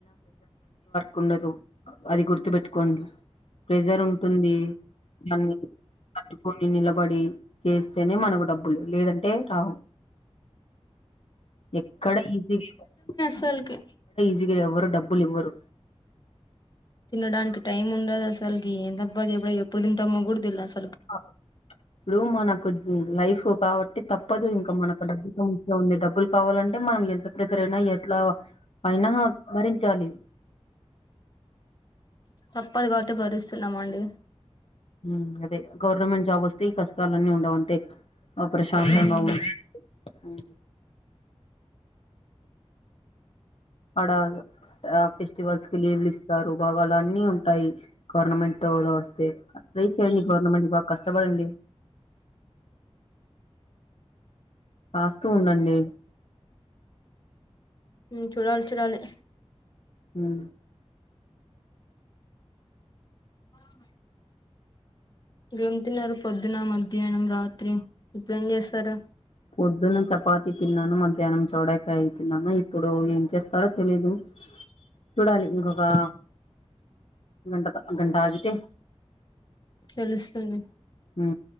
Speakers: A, on the left; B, on the left.
A: కుండదు అది గుర్తు పెెట్టుకోండి ప్రెజర్ ఉం టుంది దాన్ని పట్టుకొన్ నేన్ నిలబడి చేస్తేనే మనకు డబ్బులు లేదంటే రావ్ ఎక్కడ ఈజీగ్ ఏం లెవ్
B: సల్కి
A: ఇకడ ఎవ్వరు డబ్బులివ్వరు
B: తినడానికి టైం ఉండదు అసల్కి ఏందబ్బ ఎప్పుడయి ఎప్పుడు తింటామో కూడా తెల్ దస్
A: ఆ రూమ్ మనకు లైఫు కావట్ తప్పదు ఇంకా మనకు డబ్బు సమస్య ఉంది డబ్బుల్ కావాలంటే మనం ఎంత ప్రెసర్ అయినా ఎట్లా అయినా భరించాలి <inaudible>
B: తప్పదు కావట్టి భరిస్తున్నామండి
A: హ్మ్ అదే గవర్నమెంట్ జాబ్ వస్తే ఈ కష్టాలన్నీ ఉండవంతే అ ప్రశాంతంగా
B: ఉమ్
A: ఉం హు అడాగ ఆ ఫెస్టివల్స్ కి లీవ్లు ఇస్తారు బాగాలన్ని ఉంటాయి గవర్నమెంటు లో చేస్తా ట్రై చేయండి గవర్నమెంట్ బా కష్టపడండి కాస్తూ ఉండండి
B: హు చూడాల్ చూడాలి
A: హు
B: ఆవ్న గేమ్తిన్నారు పొద్దున మధ్యానం రాత్రి ఇప్పుడేంచేస్తారు
A: పొద్దును చపాతి తిన్నాను మధ్యానం చూడ కాయి తిన్నాను ఇప్పుడు ఏం చేస్తారో తెలీదు చూడాలి ఇంకొకా గంట త గంటాగితే
B: తెలుస్తుంది
A: హు